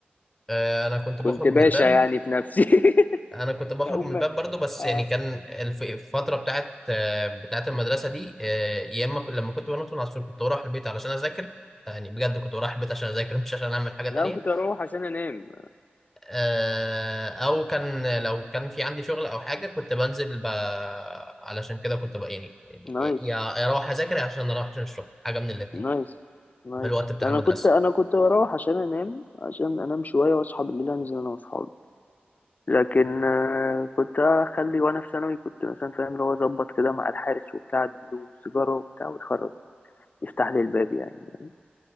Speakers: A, in the centre; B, on the left.
A: آه، انا كنت
B: كنت
A: بخرج من
B: باشا
A: الباب
B: يعني في نفسي
A: انا
B: <laughs>
A: كنت
B: كنت
A: بخرج
B: اقوم
A: من الباب برضو بس
B: آه.
A: يعني كان الف- الفتره بتاعت آه، بتاعت المدرسه دي آه، يا اما ك- لما كنت بنط من على السور كنت بروح البيت علشان اذاكر يعني بجد كنت بروح البيت عشان اذاكر مش عشان اعمل حاجه تانية
B: لا انا كنت اروح عشان انام
A: آه، او كان لو كان في عندي شغل او حاجه كنت بنزل ب... علشان كده كنت ب... يعني يعني
B: نايس
A: يا يا اروح اذاكر يا عشان اروح عشان الشغل حاجه من الاثنين
B: نايس نايس
A: في الوقت بتاع
B: انا
A: المدرسه
B: كنت انا كنت بروح عشان انام عشان انام شويه واصحى بالليل انزل انا واصحابي لكن آه، كنت اخلي وانا في ثانوي كنت مثلا فاهم اللي هو اظبط كده مع الحارس وبتاع اديله سيجاره وبتاع ويخرج يفتح لي الباب يعني